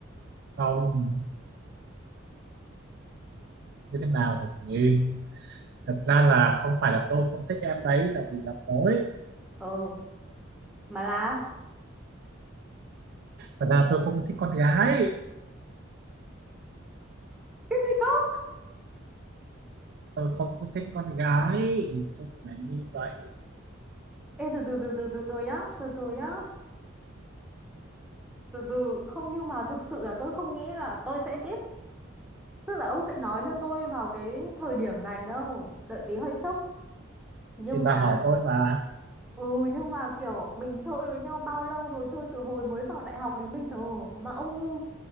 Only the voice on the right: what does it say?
không như thế nào được nhỉ thật ra là không phải là tôi không thích em đấy là vì làm mối
thật ra tôi không thích con gái
tôi không có thích con gái nhìn chung là như vậy
thì bà
hỏi tôi mà